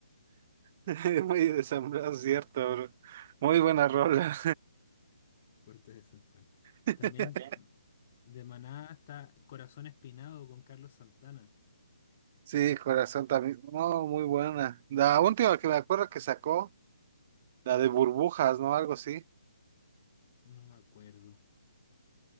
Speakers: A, on the right; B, on the left.
A: El muelle de San Blas, cierto, bro. Muy buena rola.
B: Puerto de San Juan.
A: <laughs>
B: También de Maná hasta Corazón Espinado con Carlos Santana.
A: Sí, corazón también. No, muy buena. La última que me acuerdo que sacó, la de burbujas, ¿no? Algo así.
B: No me acuerdo.